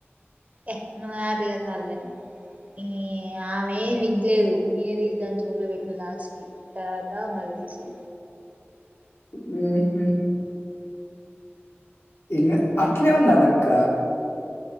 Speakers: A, on the right; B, on the left.
A: ఎహ్ నువ్వాపిగా సాల్గాని. ఈ ఆమేం విన్లేదు. నీది దాన్ని చెవుల పెట్టినవ్ లాస్ట్కి. తర్వాత మళ్ళ్ వేసి
B: వేసి ఇంగ అట్లే ఉండాలక్క